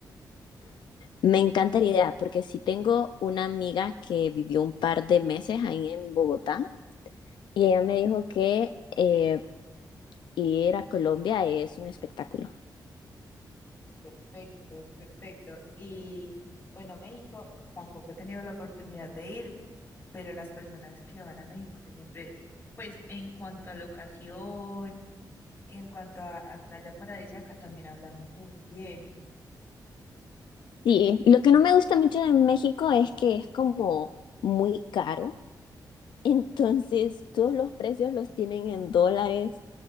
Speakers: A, on the left; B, on the left.
A: Me encanta la idea, porque sí tengo una amiga que vivió un par de meses ahí en Bogotá y ella me dijo que... em, ir a Colombia es un espectáculo.
B: Es perfecto, es perfecto. Y bueno, México, tampoco he tenido la oportunidad de ir, pero las personas que van a México yo siempre, pues en cuanto a locación, Y en cuanto a, a Playa Paradisíaca, también habla muy bien.
A: Sí, lo que no me gusta mucho de México es que es como muy caro, <laughs> entonces todos los precios los tienen en dólares